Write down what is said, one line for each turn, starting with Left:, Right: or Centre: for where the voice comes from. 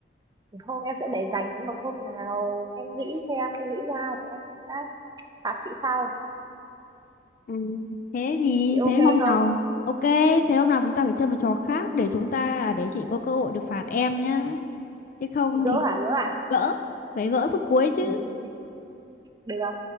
Right: thì hôm em sẽ để dành đến một hôm nào em nghĩ xem em nghĩ ra thì em sẽ phạt chị sau
Left: Ừ, thế thì
Right: chị ok
Left: thế hôm
Right: không
Left: nào ok thế hôm nào chúng ta phải chơi một trò khác để chúng ta à, để chị có cơ hội được phạt em nhá chứ không
Right: gỡ
Left: thì
Right: hả gỡ à
Left: gỡ phải gỡ phút cuối chứ
Right: <laughs> được